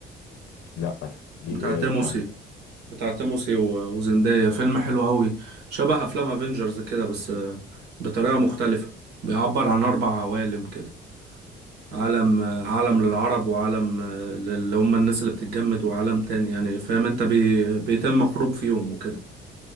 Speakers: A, on the left (about 80°); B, on the right (about 80°).
A: لا إيه
B: بتاع تيموسي
A: آه، بتاع مين
B: بتاع تيموسي و- وزندايا فيلم حلو قوي شبه افلام افنجرز كده بس آه، بطريقة مختلفة بيعبر عن اربع عوالم كده عالم آه، عالم للعرب وعالم آه، لل- اللي هم الناس اللي بتتجمد وعالم تاني يعني فاهم انت بي... بيتم حروب فيهم وكده